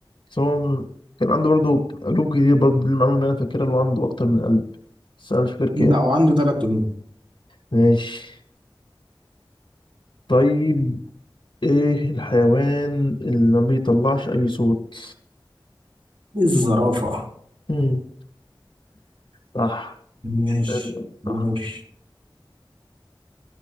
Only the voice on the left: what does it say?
بس هو م- كان عنده برضه قلوب كتير برضه دي المعلومة اللي أنا فاكرها اللي هو عنده أكتر من قلب بس أنا مش فاكر كام
ماشي طيب ايه الحيوان اللي ما بيطلعش اي صوت
مم. صح
حلو، صح